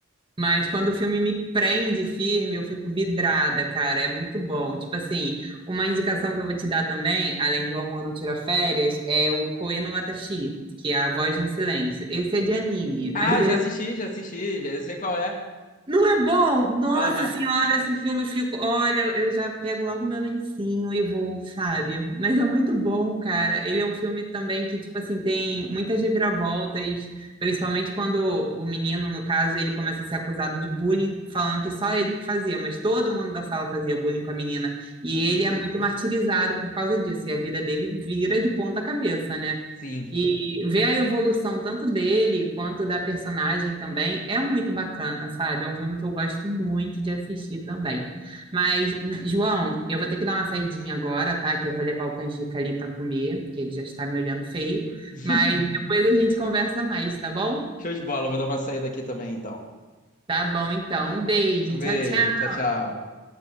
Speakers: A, on the right; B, on the left.
A: Mas quando o filme me prende firme, eu fico vidrada, cara. É muito bom. Tipo assim, uma indicação que eu vou te dar também, além de O Amor Não Tira Férias, é o Koe no Watashi, que é A Voz no Silêncio. Esse é de anime,
B: Ah,
A: mas ele
B: já assisti,
A: é
B: já assisti, já eu sei qual é.
A: não é bom? Nossa
B: Aham.
A: senhora, esse filme eu fico. Olha, eu já pego logo meu lencinho e vou, sabe? Mas é muito bom, cara. Ele é um filme também que, tipo assim, tem muitas reviravoltas, principalmente quando o menino, no caso, ele começa a ser acusado de bullying, falando que só ele que fazia, mas todo mundo da sala fazia bullying com a menina. E
B: Uhum.
A: ele é muito martirizado por causa disso, e a vida dele vira de ponta cabeça, né?
B: Sim.
A: E ver a evolução tanto dele quanto da personagem também é muito bacana, sabe? É um filme que eu gosto muito de assistir também. Mas, João, eu vou ter que dar uma saidinha agora, tá? Que eu vou levar o canjica ali para comer, que ele já está me olhando feio.
B: <laughs>
A: Mas depois a gente conversa mais, tá bom?
B: Show de bola, vou dar uma saída aqui também, então.
A: Tá bom, então.
B: Tá-
A: Um beijo.
B: Um beijo,
A: Tchau, tchau.
B: tchau, tchau.